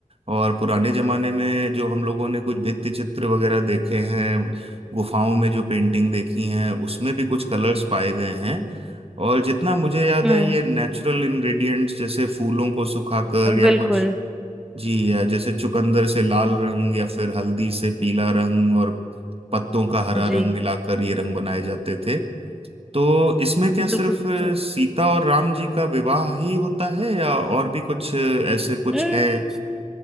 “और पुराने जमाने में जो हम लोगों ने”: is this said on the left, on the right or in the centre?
Right